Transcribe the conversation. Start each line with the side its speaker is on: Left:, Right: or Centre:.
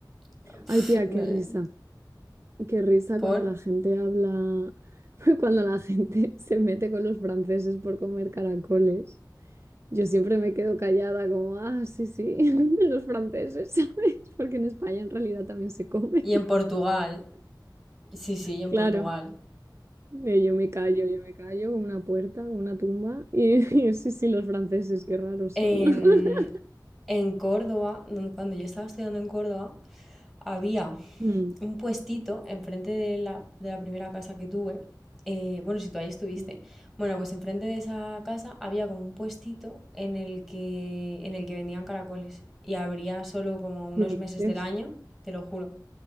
Centre: <laughs> Pf,
Right: ay, tía,
Centre: no-
Right: qué risa, qué risa
Centre: ¿Por?
Right: cuando la gente habla, <laughs> cuando la gente se mete con los franceses por comer caracoles. Yo siempre me quedo callada como, ah, sí, sí, <laughs> los franceses, ¿sabes? Porque en España en realidad también se comen.
Centre: Y en Portugal. Sí, sí, y en
Right: Claro,
Centre: Portugal.
Right: eh, yo me callo, yo me callo como una puerta, como una tumba. Y, <laughs> y sí, sí, los franceses, qué raros
Centre: En,
Right: son. <laughs>
Centre: en Córdoba, donde- cuando yo estaba estudiando en Córdoba, había
Right: Mm,
Centre: un puestito enfrente de la, de la primera casa que tuve. eh, bueno, si tú ahí estuviste.
Right: mm.
Centre: Bueno, pues enfrente de esa casa había como un puestito en el que, en el que vendían caracoles. Y habría solo como unos
Right: ¿Qué dices?
Centre: meses del año, te lo juro.